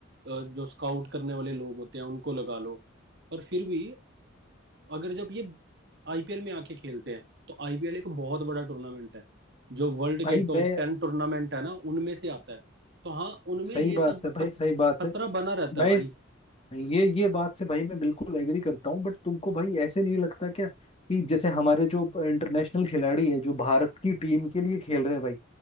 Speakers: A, on the right; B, on the left.
A: अ, जो स्काउट करने वाले लोग होते हैं उनको लगा लो पर फिर भी अगर जब ये आईपीएल में आके खेलते हैं तो आईपीएल एक बहुत बड़ा टूर्नामेंट है जो वर्ल्ड के
B: भाई
A: टॉप
B: मैं
A: टेन टूर्नामेंट है ना उनमें से आता है तो हाँ उनमें
B: सही
A: ये
B: बात
A: सब
B: है भाई
A: खत,
B: सही बात
A: खतरा
B: है
A: बना रहता
B: मैं
A: है भाई
B: इस ये ये बात से भाई मैं बिल्कुल एग्री करता हूँ बट तुमको भाई ऐसे नहीं लगता क्या कि जैसे हमारे जो इंटरनेशनल खिलाड़ी है जो भारत की टीम के लिए खेल रहे हैं भाई